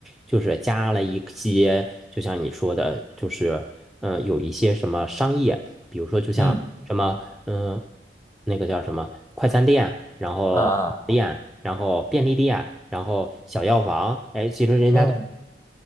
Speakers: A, in the centre; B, on the left.
A: 就是加了一些，就像你说的，就是嗯、呃有一些什么商业，比如说就像什么嗯、
B: 嗯
A: 呃那个叫什么快餐店，然后店，
B: 啊啊
A: 然后便利店，然后小药房，哎，其实人家都
B: 嗯。